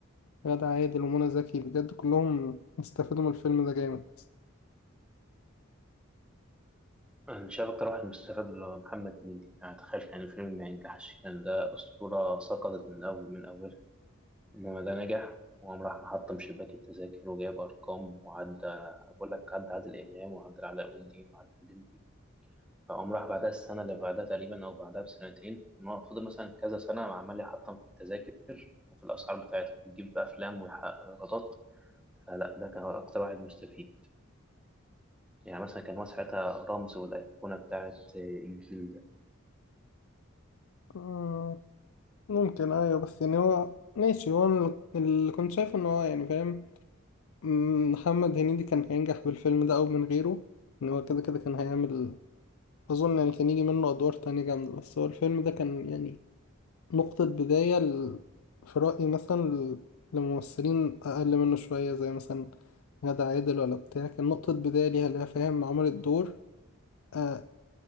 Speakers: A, on the left (about 80°); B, in the centre.
A: لغادة عادل ومنى زكي بجد كلهم استفادوا من الفيلم ده جامد
B: أنا مش عارف أكتر واحد مستفاد اللي هو محمد هنيدي أنا تخيل كان الفيلم ما ينجحش كان ده أسطورة سقطت من أول من أولها إنما ده نجح وقام راح محطم شباك التذاكر وجايب أرقام وعدى بقول لك عدى عادل إمام وعدى علاء ولي الدين وعدى الليمبي فقام راح بعدها السنة اللي بعدها تقريبا أو بعدها بسنتين إن هو فضل مثلا كذا سنة عمال يحطم في التذاكر وفي الأسعار بتاعتها يجيب أفلام ويحقق إيرادات فلا ده كان أكتر واحد مستفيد يعني مثلا كان هو ساعتها رمز والأيقونة بتاعت الجيل ده.
A: آه، ممكن أيوة بس يعني هو ماشي هو أنا اللي كنت شايفه إن هو يعني فاهم مم، محمد هنيدي كان هينجح بالفيلم ده أو من غيره إن هو كده كده كان هيعمل أظن يعني كان يجي منه أدوار تانية جامدة بس هو الفيلم ده كان يعني نقطة بداية ل- في رأيي مثلا ل- لممثلين أقل منه شوية زي مثلا غادة عادل ولا بتاع كان نقطة بداية ليها ليها فاهم عملت دور آه